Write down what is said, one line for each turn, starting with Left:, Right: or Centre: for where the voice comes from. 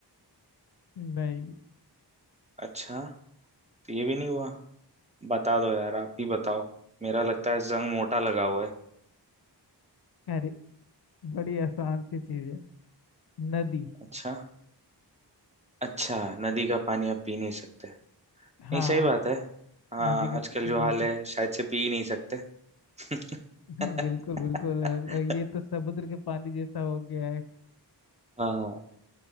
Left: नहीं
Right: अच्छा तो ये भी नहीं हुआ बता दो यार आप ही बताओ मेरा लगता है जंग मोटा लगा हुआ है
Left: अरे बड़ी आसान सी चीज है नदी
Right: अच्छा अच्छा नदी का पानी आप पी नहीं सकते नहीं
Left: हाँ
Right: सही बात है हाँ
Left: नदी के
Right: आजकल
Left: पानी
Right: जो
Left: नहीं
Right: हाल
Left: पीते
Right: है शायद से पी ही नहीं सकते <laughs>
Left: <laughs> बिल्कुल बिल्कुल अ, ये तो समुद्र के पानी जैसा हो गया है
Right: हाँ